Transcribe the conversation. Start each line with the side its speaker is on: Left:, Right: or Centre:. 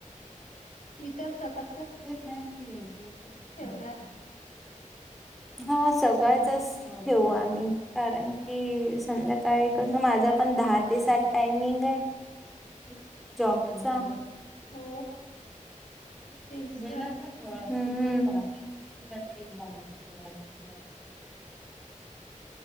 Left: ती तर सका --
Centre: ते सहमती घ्यायची.
Left: ठेवणार
Centre: <inaudible> हा. सगळ्याचच ठेऊू आम्ही. कारण की संध्याकाळी कसं माझा पण दहा ते सात टायमिंग हाय. जॉबचा.
Left: हो
Centre: <inaudible>
Left: तेच तर.
Centre: हं. हं. <unintelligible>